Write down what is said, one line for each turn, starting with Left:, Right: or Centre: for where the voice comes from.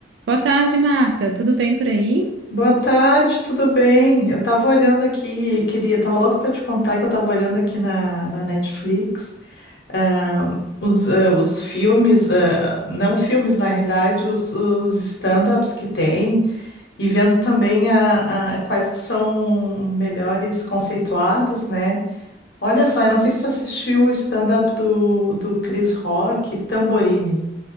Right: Boa tarde, Marta. Tudo bem por aí?
Left: Boa tarde, tudo bem? Eu tava olhando aqui, queria, tava louco pra te contar que eu tava olhando aqui na, na Netflix, ah, os, ah, os filmes, ah, não filmes, na realidade, os, os stand-ups que tem, e vendo também a, a- quais que são melhores conceituados, né? Olha só, eu não sei se tu assistiu o stand-up do, do Chris Rock, Tamborini.